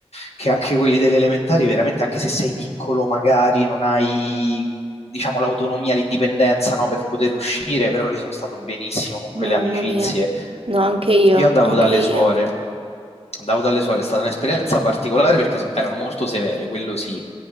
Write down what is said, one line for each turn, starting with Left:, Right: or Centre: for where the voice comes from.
Left: che anche quelli delle elementari, veramente, anche se sei piccolo, magari non hai diciamo l'autonomia, l'indipendenza no, per poter uscire, però lì sono stato benissimo con quelle
Right: mamma
Left: amicizie
Right: mia. No, anche io,
Left: io andavo
Right: anche
Left: dalle
Right: io.
Left: suore, andavo dalle suore, è stata un'esperienza particolare perché so- erano molto severe, quello sì,